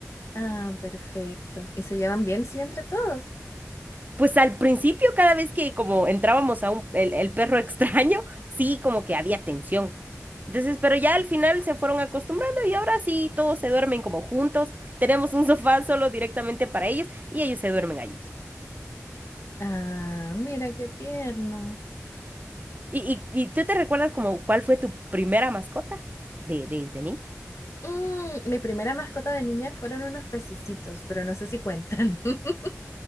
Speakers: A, on the left (about 60°); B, on the right (about 30°).
A: Ah, perfecto. ¿Y se llevan bien, sí, entre todos?
B: Pues al principio, cada vez que como entrábamos a un, el, el perro <laughs> extraño, sí, como que había tensión. Entonces, pero ya al final se fueron acostumbrando y ahora sí, todos se duermen como juntos. Tenemos un sofá solo directamente para ellos y ellos se duermen allí.
A: Ah, mira qué tierno.
B: ¿Y, y, y tú te recuerdas como cuál fue tu primera mascota de, desde niña?
A: Mm, mi primera mascota de niña fueron unos pececitos, pero no sé si cuentan. <laughs>